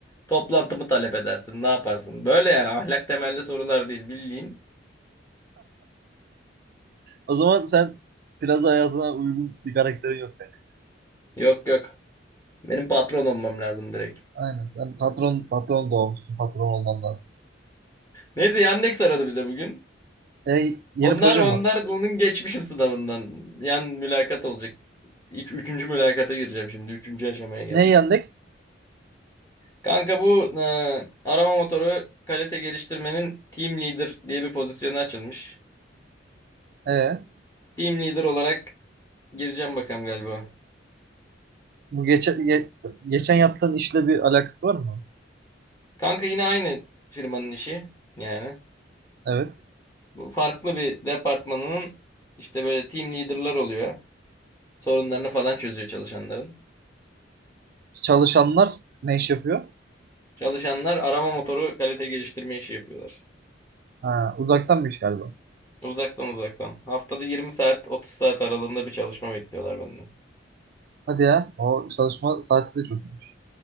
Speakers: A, on the left (about 20°); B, on the right (about 55°).
A: Toplantımı talep edersin. Ne yaparsın? Böyle yani ahlak temelli sorular değil bildiğin.
B: O zaman sen biraz hayatına uygun bir karakterin yok kanka senin.
A: Yok yok. Benim patron olmam lazım direkt.
B: Aynen sen patron patron doğmuşsun patron olman lazım.
A: Neyse Yandex aradı bir de bugün.
B: E, yeni
A: Onlar
B: projem
A: onlar
B: var.
A: bunun geçmişim sınavından. Yan mülakat olacak. İç, üçüncü mülakata gireceğim şimdi. Üçüncü aşamaya geldim.
B: Ne Yandex?
A: Kanka bu e, arama motoru kalite geliştirmenin team leader diye bir pozisyonu açılmış.
B: E,
A: Team leader olarak gireceğim bakalım galiba.
B: bu geçen ge- geçen yaptığın işle bir alakası var mı?
A: Kanka yine aynı firmanın işi yani.
B: Evet.
A: Bu farklı bir departmanının işte böyle team leader'lar oluyor. Sorunlarını falan çözüyor çalışanların.
B: Çalışanlar ne iş yapıyor?
A: Çalışanlar arama motoru kalite geliştirme işi yapıyorlar.
B: Ha, uzaktanmış galiba.
A: Uzaktan uzaktan. Haftada 20 saat 30 saat aralığında bir çalışma bekliyorlar benden.
B: Hadi ya. O çalışma saati de çok çokmuş.